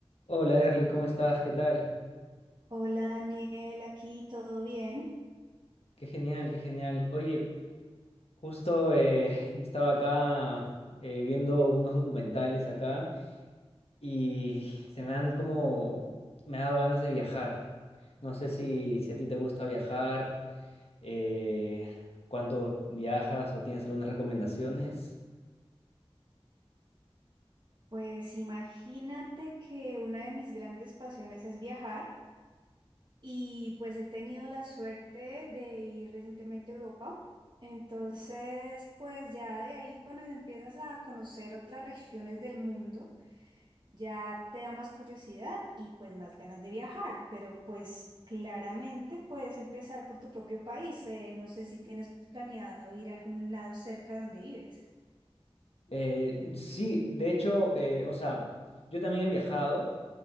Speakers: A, on the left (about 70°); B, on the right (about 45°).
A: Hola Erly, ¿cómo estás? ¿Qué tal?
B: Hola Daniel, aquí todo bien.
A: Qué genial, qué genial. Oye, justo eh, estaba acá eh, viendo unos documentales acá y se me han como, me ha dado ganas de viajar. No sé si, si a ti te gusta viajar, eh, cuánto viajas o tienes algunas recomendaciones.
B: Pues imagínate que una de mis grandes pasiones es viajar y pues he tenido la suerte de ir recientemente a Europa. Entonces, pues ya de ahí cuando empiezas a conocer otras regiones del mundo, ya te da más curiosidad y pues más ganas de viajar, pero pues claramente puedes empezar por tu propio país. eh, No sé si tienes planeado ir a algún lado cerca de donde vives.
A: Eh, sí, de hecho, eh, o sea, yo también he viajado.